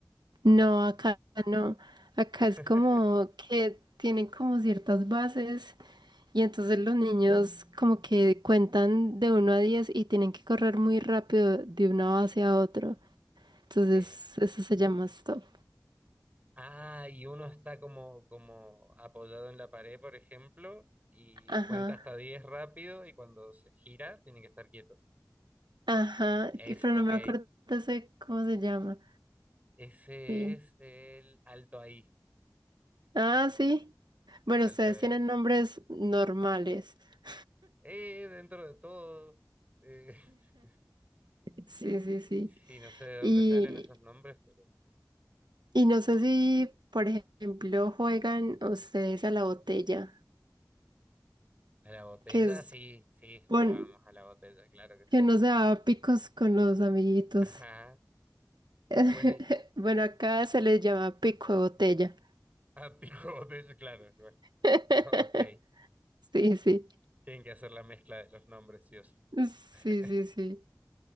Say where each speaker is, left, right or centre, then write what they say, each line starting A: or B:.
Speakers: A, on the right; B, on the right.
A: ¿o
B: No,
A: no?
B: acá no. Acá
A: <laughs>
B: es como que tienen como ciertas bases y entonces los niños como que cuentan de uno a 10 y tienen que correr muy rápido de una base a otra. Entonces,
A: Ok.
B: eso se llama stop.
A: Ah, y uno está como, como apoyado en la pared, por ejemplo, y
B: Ajá.
A: cuenta hasta 10 rápido y cuando se gira tienen que estar quietos.
B: Ajá.
A: Es,
B: que- Pero
A: ok,
B: no me acuerdo de ese- cómo se llama.
A: Ese
B: Sí.
A: es el alto ahí.
B: Ah, sí. Bueno,
A: Alto
B: ustedes
A: ahí.
B: tienen
A: le
B: nombres
A: dicen.
B: normales. <laughs>
A: Eh, dentro de todo. eh, <laughs>
B: Sí. Sí, sí, sí.
A: sí, no sé de dónde
B: Y,
A: salen esos nombres, pero.
B: y no sé si, por ejemplo, juegan ustedes a la botella,
A: A la botella,
B: que es,
A: sí, sí, jugábamos
B: bueno,
A: a la botella, claro que sí.
B: que no se da picos con los amiguitos.
A: Ajá.
B: <laughs>
A: Bueno, y-
B: Bueno, acá se les llama pico de botella.
A: a pico <laughs> botella, claro. Bueno,
B: <laughs>
A: ok.
B: Sí, sí.
A: Tienen que hacer la mezcla de los nombres, sí o sí.
B: Sí,
A: <laughs>
B: sí, sí.